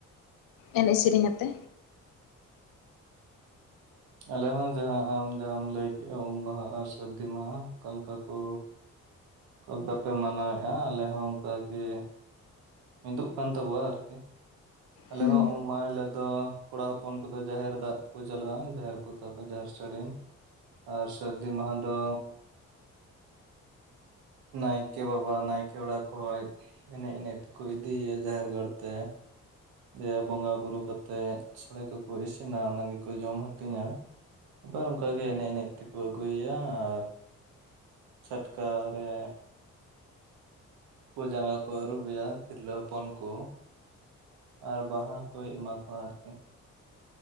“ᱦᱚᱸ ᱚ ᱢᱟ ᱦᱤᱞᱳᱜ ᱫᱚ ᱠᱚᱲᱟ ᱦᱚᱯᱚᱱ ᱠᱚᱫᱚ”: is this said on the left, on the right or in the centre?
Right